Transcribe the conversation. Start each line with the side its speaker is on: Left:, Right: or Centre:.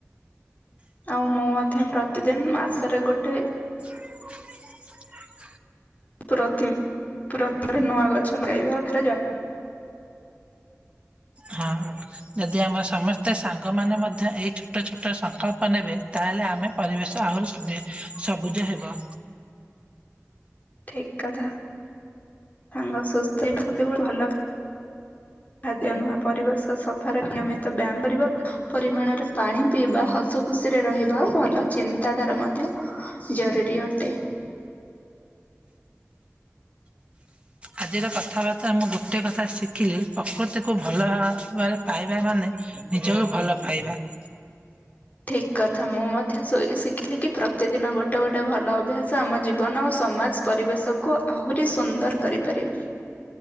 Left: ଆଉ ମୁଁ ମଧ୍ୟ ପ୍ରତିଦିନ ମାସରେ ଗୋଟେ
Right: <inaudible>
Left: <inaudible>
Right: ହଁ ଯଦି ଆମ ସମସ୍ତେ ସାଙ୍ଗମାନେ ମଧ୍ୟ ଏଇ ଛୋଟ ଛୋଟ ସଂକଳ୍ପ ନେବେ ତାହେଲେ ଆମେ ପରିବେଶ ଆହୁରି ଦେଇ ସବୁଜ ହେବ।
Left: ଠିକ୍ କଥା, ସାଙ୍ଗ ସୁସ୍ଥ <inaudible> ଭଲ ଖା ଖାଦ୍ୟ ନୁହଁ ପରିବେଶ ସଫାର ନିୟମିତ ବ୍ୟାୟାମ କରିବା ପରିମାଣରେ ପାଣି ପିଇବା ହସ ଖୁସିରେ ରହିବା ଭଲ ଚିନ୍ତାଧାରା ମଧ୍ୟ ଜରୁରୀ ଅଟେ।
Right: ଆଜିର କଥାବାର୍ତ୍ତା ମୁଁ ଗୋଟିଏ କଥା ଶିଖିଲି ପ୍ରକୃତିକୁ ଭଲ ଭାବରେ ପାଇବା ମାନେ ନିଜକୁ ଭଲ ପାଇବା। <inaudible>
Left: ଠିକ୍ କଥା ମୁଁ ମଧ୍ୟ ଶୋଇଲି ଶିଖିଲି କି ପ୍ରତିଦିନ ଗୋଟେ ଗୋଟେ ଗୋଟେ ଭଲ ଅଭ୍ୟାସ ଆମ ଜୀବନ ଆଉ ସମାଜ ପରିବେଶକୁୁ ଆହୁରି ସୁନ୍ଦର କରିପାରିବୁ।